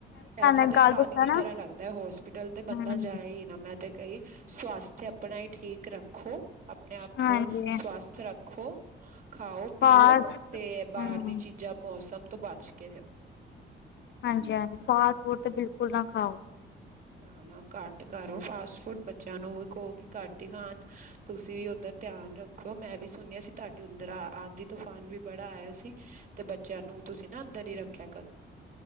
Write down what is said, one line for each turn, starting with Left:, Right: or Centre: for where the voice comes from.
Right: ਪੈਸਾ
Left: ਇੱਕ
Right: ਤੇ
Left: ਗੱਲ
Right: ਪਾਣੀ
Left: ਦੱਸਾਂ
Right: ਦੀ
Left: ਨਾ
Right: ਤਰ੍ਹਾਂ ਲੱਗਦਾ ਹੋਸਪਿਟਲ ਤੇ ਬੰਦਾ
Left: ਹਮ
Right: ਜਾਏ ਮੈਂ ਤੇ ਕਹੀ ਸਵਾਸਥ ਆਪਣਾ ਹੀ ਠੀਕ ਰੱਖੋ ਆਪਣੇ ਆਪ
Left: ਹਾਂਜੀ
Right: ਨੂੰ ਸਵਸਥ ਰੱਖੋ ਖਾਓ- ਪੀਓ
Left: ਬਸ
Right: ਤੇ ਬਾਹਰ
Left: ਹਮ
Right: ਦੀ ਚੀਜ਼ਾਂ, ਮੌਸਮ ਤੋਂ ਬਚ ਕੇ ਰਹੋ।
Left: ਹਾਂਜੀ -ਹਾਂਜੀ ਫਾਸਟ ਫੂਡ ਤੇ, ਬਿਲਕੁਲ ਨਾ ਖਾਓ।
Right: ਨਾ- ਨਾ ਘੱਟ ਕਰੋ ਫਾਸਟ ਫੂਡ, ਬੱਚਿਆਂ ਨੂੰ ਵੀ ਕਹੋ ਕਿ ਘੱਟ ਹੀ ਖਾਣ। ਤੁਸੀਂ ਵੀ ਉੱਧਰ ਧਿਆਨ ਰੱਖਿਓ। ਮੈਂ ਵੀ ਸੁਣਿਆ ਸੀ ਤੁਹਾਡੇ ੳਧਰ, ਆਧੀ- ਤੂਫਾਨ ਵੀ ਬੜਾ ਆਇਆ ਸੀ। ਤੇ ਬੱਚਿਆਂ ਨੂੰ ਤੁਸੀਂ ਨਾ, ਅੰਦਰ ਹੀ ਰੱਖਿਆ ਕਰੋ।